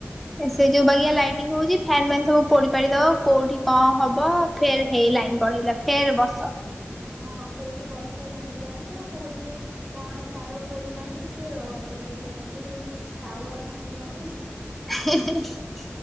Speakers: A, in the centre; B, on the right.
A: ଏ ସେ ଯୋଉ ବାଗିଆ ଲାଇଟିଙ୍ଗ ହଉଛି ଫ୍ୟାନ ବାନ୍ ସବୁ ପୋଡି ପାଡିଦବ କୋଉଠି କଣ ହବ ଫେର୍ ହେଇ ଲାଇନ ପଳେଇଲା ଫେର୍ ବସ
B: ହଁ କୋଉଠି ଗଛ ଭାଙ୍ଗିଲାଣି ତ କୋଉଠି କଣ ତାର ପୋଡିଲାଣି ସେ ଅ ଦୁନିଆ କୋଉଠି ଟାୱାର ଫାଟିଲାଣି।
A: <unintelligible>